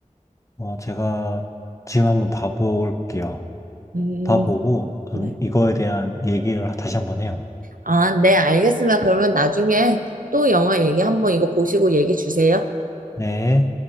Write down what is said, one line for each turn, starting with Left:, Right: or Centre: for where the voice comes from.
Left: 어, 제가 지금 한번 봐볼게요.
Right: 음,
Left: 봐보고, 좀
Right: 네.
Left: 이거에 대한 얘기를 다시 한번 해요.
Right: 아, 네, 알겠습니다. 그러면 나중에 또 영화 얘기 한번 이거 보시고 얘기 주세요.
Left: 네.